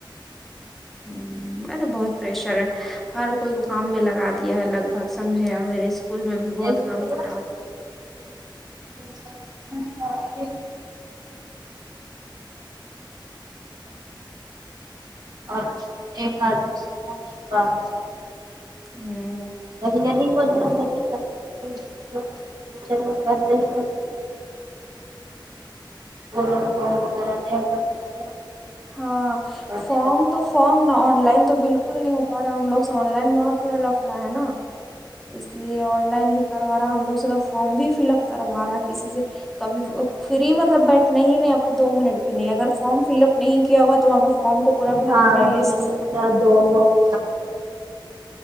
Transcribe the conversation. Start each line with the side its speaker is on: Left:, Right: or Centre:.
Centre: ہمم ارے بہت پریشر ہے ہر کوئی کو کام میں لگا دیا ہے لگ بھگ سمجھے میرے اسکول میں بھی
Right: اور
Centre: بہت کم اسٹاف
Right: <inaudible> ہاں <unintelligible> اور ایک آدمی کو نہیں پا رہا ہے
Centre: ہوں
Right: گا ہی ب <inaudible> ٹیچر لوگ ٹیچر لوگ پہلے سے وہ لوگ فارم وغیرہ نہیں بھر پا
Centre: ہاں
Right: رہے
Centre: فارم
Right: تھے
Centre: تو فارم نا آن لائن تو بالکل نہیں ہو پا رہا ان لوگ سے آن لائن موڈ تھوڑا لفڑا ہے نا اس لیے آن لائن بھی کروا رہا ہے ہم لوگ سے تو فارم بھی فل اپ کروا رہا ہے کسی سے کبھی فری مطلب بیٹھنا نہیں نہیں آپ کو دو منٹ بھی نہیں اگر فارم فل اپ نہیں کیا ہوا تو وہاں پہ فارم کو پورا فل
Right: ہاں
Centre: اپ کرنا ہے
Right: جی
Centre: لسٹ
Right: میرا
Centre: سے
Right: دونوں <inaudible>